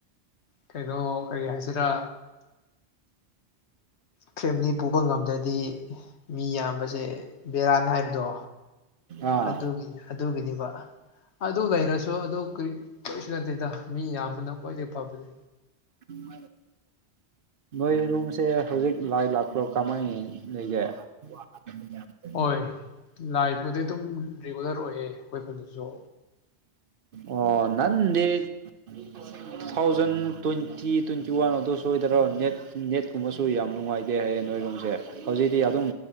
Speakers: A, on the left; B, on the right.
A: ꯀꯩꯅꯣ ꯀꯔꯤ ꯍꯥꯏꯁꯤꯔꯥ ꯐꯦꯃꯤꯂꯤ ꯄꯨꯕ ꯉꯝꯗ꯭ꯔꯗꯤ ꯃꯤ ꯌꯥꯝꯕꯁꯦ ꯕꯦꯔꯥꯟ ꯍꯥꯏꯕꯗꯣ
B: ꯑꯥ
A: ꯑꯗꯨꯒꯤ ꯑꯗꯨꯒꯤꯅꯦꯕ ꯑꯗꯨ ꯂꯩꯔꯁꯨ ꯑꯗꯨ ꯀ ꯀꯔꯤꯁꯨ ꯅꯠꯇꯦꯗ ꯃꯤ ꯌꯥꯝꯕꯅ ꯈ꯭ꯋꯥꯏꯗꯒꯤ ꯐꯕꯗꯤ
B: ꯎꯝ ꯅꯣꯏ ꯔꯨꯝꯁꯦ ꯍꯧꯖꯤꯛ ꯂꯥꯏ ꯂꯥꯛꯄ꯭ꯔꯣ ꯀꯃꯥꯏ ꯂꯩꯒꯦ <unintelligible>
A: ꯍꯣꯏ ꯂꯥꯛꯄꯨꯗꯤꯩ ꯑꯗꯨꯝ ꯔꯤꯒꯨꯂꯔ ꯑꯣꯏꯌꯦ ꯑꯩꯈꯣꯏ ꯈꯨꯜꯗꯁꯨ
B: ꯑꯣ ꯅꯟꯦ two thousand twenty twenty one ꯑꯗꯨ ꯁꯣꯏꯗꯔꯣ ꯅꯦꯠ ꯅꯦꯠꯀꯨꯝꯕꯁꯨ ꯌꯥꯝ ꯅꯨꯡꯉꯥꯏꯇ ꯍꯦ ꯍꯥꯏꯌꯦ ꯅꯣꯏꯔꯣꯝꯁꯦ ꯍꯧꯖꯤꯛꯇꯤ ꯑꯗꯨꯝ